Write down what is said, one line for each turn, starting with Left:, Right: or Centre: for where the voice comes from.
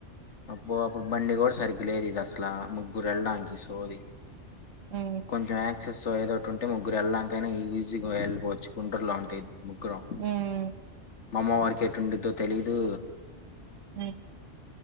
Left: అబ్బో ఇప్పుడు బండి కూడా సరిగ్గ లేదు ఇది అసలా ముగ్గురు వెళ్ళడానికి సోది
Right: ఉమ్
Left: కొంచం ఆక్సెస్ ఏదో టుంటే ముగ్గురు వెళ్ళడాంకైనా ఈజీగా వెళ్ళపోవచ్చు గుంటూరులో ఉంటాది ముగ్గురం
Right: ఉమ్
Left: మా అమ్మ వారికి ఎటుంట్టద్దో తెలీదు
Right: ఉమ్